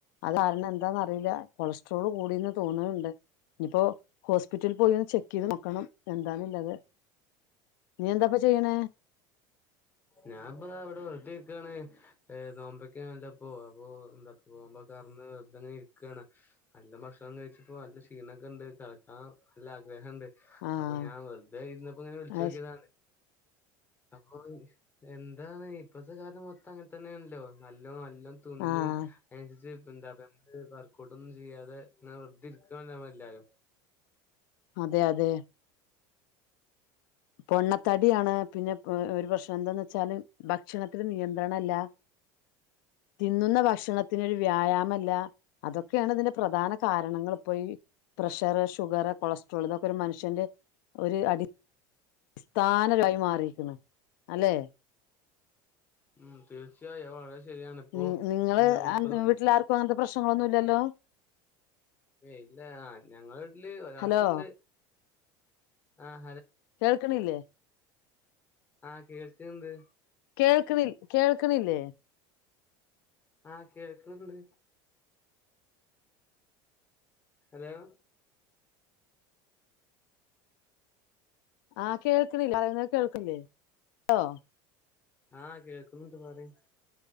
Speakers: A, on the left (about 75°); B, on the left (about 20°).
A: അത് കാരണം എന്താന്ന്റിയില്ല കൊളസ്ട്രോള് കൂടിന്ന് തോന്നുന്നുണ്ട് ഇനിയിപ്പോൊ ഹോസ്പിറ്റലിൽ പോയിന്ന് ചെക്ക് ചെയ്ത് നോക്കണം എന്താണുള്ളത് നീ എന്താ ജയന
B: ഞാൻ ഇപ്പാ അവിടെ വെറുക്കാണ് നോമ്പക്കണല്ലപ്പോ അപ്പ എന്താ നോമ്പ പറ വെറതെങ്ങനെ ഇരിക്കുകയാണ് നല്ല ഭക്ഷണം കഴിച്ചപ്പോ നല്ല ക്ഷീണമൊക്കെ ഉണ്ട് കിക്കാൻ നല്ല ആഗ്രഹം ഉണ്ട്
A: ആഹ്
B: അപ്പൊ ഞാൻ വെറുതെ ഇരുന്നപ്പോ ഇങ്ങനെ വിളിച്ചു
A: അയ്ശ്
B: നോക്കിയതാണ് അപ്പൊ എന്താണ് ഇപ്പത്തെ കാലം മൊത്തം അങ്ങനെ തന്നെയ ആണല്ലോ നല്ലോ നല്ലോ തിുന്നും
A: ആഹ്
B: എന്ത വർക്കഔട്ട് ഒന്നും ചെയ്യാതെെ വെറതരിക്കണ്ട എല്ലാരും
A: അതെ അതെ പൊണ്ണത്തടിയാണ് പിന്നെ ഒരു പ്രക്ഷം എന്താന്ന് വെച്ചാല് ഭക്ഷണത്തിൽ നിയന്ത്രണല്ല
B: <inaudible>
A: തിന്നുന്ന ഭക്ഷണത്തിനൊരു വ്യായാമല്ല അതൊക്കെയാണ് അതിന്റെ പ്രധാന കാരണങ്ങൾ ഇപ്പോൊ ഈ പ്രഷർ ഷുഗർ കൊളസ്ട്രോൾ ഇതൊക്കെ ഒരു മനുഷ്യന്റെ ഒരു അടി അടിസ്ഥാനരായി മാറിരിക്കുന്നു അല്ലെ
B: ഉം തീർച്ചയായും വള ശരിയണിപ്പോൊ
A: നി നിങ്ങള്
B: എന്താ മുപ്പത്
A: വീട്ടിലാർക്കും അങ്ങനത്തെ പ്രശ്നങ്ങളൊന്നും ഇല്ലല്ലോ
B: ഇല്ല ഞങ്ങ വീട്ടില് ഒരാൾക്കുണ്ട്
A: ഹലോ
B: ആഹ
A: കേൾക്കണല്ലേ
B: ആഹ കേൾക്കന്ത്
A: കേൾക്കണ കേൾക്കണില്ലേ
B: ആഹ് കേൾക്കന്ീ ഹലോ
A: ആ കേൾക്ക്ണില്ലേ പറയുന്നത് കേൾക്ക്ല്ലേ ലോ
B: ആ കേക്ക്ൺണ്ട് പറിയ്